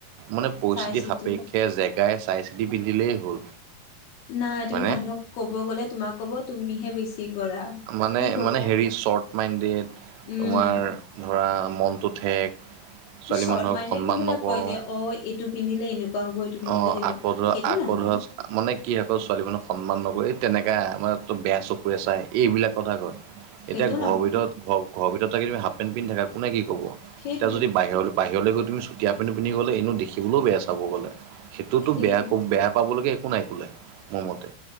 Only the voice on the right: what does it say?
মানে পৰিস্থিতি
সাপেক্ষে জেগাই চাই চিতি পিন্ধিলেই হ'ল
হয়নে
মানে
মানে হেৰি চৰ্ট মাইণ্ডেড
তোমাৰ ধৰা মনটো ঠেক, ছোৱালী
মানুহক
সন্মান
নকৰো,
অ
আকৌ ধৰা
আকৌ
ধৰা মানে কি অকল ছোৱালী মানুহক সন্মান নকৰে এই তেনেকা মানে তো বেয়া চকুৰে চাই, এইবিলাক কথা কয়,
এতিয়া ঘৰ
ভিতৰত ঘৰ ঘৰৰ ভিতৰত তাক তমি হাফ পেণ্ট পিন্ধি থাকা কোনে কি ক'ব,
এতিয়া যদি বাহিৰলৈ বাহিৰলৈ গৈ তুমি চুটি হাফপেনটো পিন্ধি গ'লে এনেও দেখিবলৈও বেয়া চাব গ'লে, সেইটোতো
বেয়া বেয়া পাবলৈকে একো নাই বোলে, মোৰ মতে